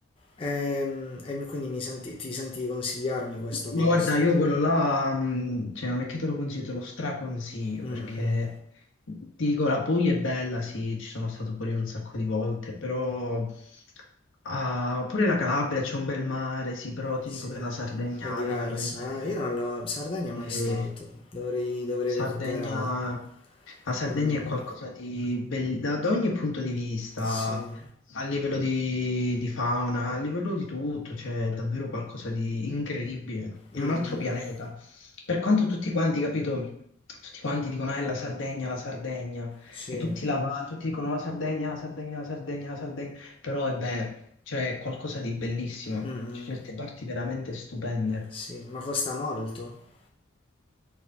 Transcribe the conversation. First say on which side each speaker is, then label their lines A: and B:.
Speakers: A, on the left; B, on the left.
A: Ehm, E, quindi mi senti, ti senti di consigliarmi questo posto?
B: Ma guarda, io quello là, mm, cioè, non è che te lo consiglio, te lo straconsiglio,
A: Mm,
B: perché
A: mm,
B: ti dico, la Puglia è bella, sì, ci sono stato pure io un sacco di volte, però ah, pure la Calabria c'è un bel mare, sì, però ti
A: sì.
B: dico che la Sardegna
A: È diversa,
B: a livello di mare
A: eh? Io non l'ho... Sardegna
B: E
A: mai stato. Dovrei, dovrei
B: Sardegna,
A: recuperare.
B: la Sardegna
A: Mm,
B: è qualcosa
A: mm,
B: di bello da, da ogni punto di vista,
A: sì.
B: a livello di, di fauna, a livello di tutto, c'è davvero qualcosa di incredibile. È
A: Mm, mm,
B: un altro pianeta. Per quanto tutti quanti, capito, tutti quanti dicono è la Sardegna, la Sardegna,
A: sì.
B: e tutti, la, va- tutti dicono la Sardegna, la Sardegna, la Sardegna, la Sardegna, però è vero, c'è qualcosa di bellissimo,
A: Mm, mm,
B: c'è certe parti veramente stupende.
A: sì. Ma costa molto?